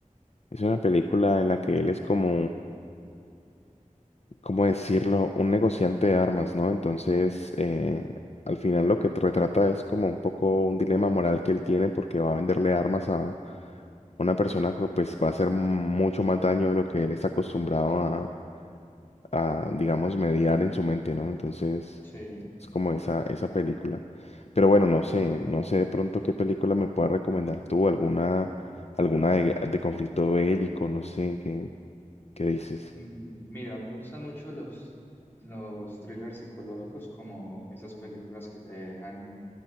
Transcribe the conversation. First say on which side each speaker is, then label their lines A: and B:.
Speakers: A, on the left (about 55°); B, on the left (about 15°).
A: Es una película en la que él es como ¿cómo decirlo? Un negociante de armas, ¿no? Entonces, eh, al final lo que t- retrata es como un poco un dilema moral que él tiene porque va a venderle armas a una persona que pues va a hacer mucho más daño de lo que él está acostumbrado a, a, digamos, mediar en su mente, ¿no? Entonces,
B: Sí.
A: es como esa, esa película. Pero bueno, no sé, no sé de pronto qué película me puedas recomendar tú, alguna, alguna de, de conflicto bélico, no sé, ¿qué, qué dices?
B: Mm, Mira, a mí me gustan mucho los, los thrillers psicológicos, como esas películas que te dejan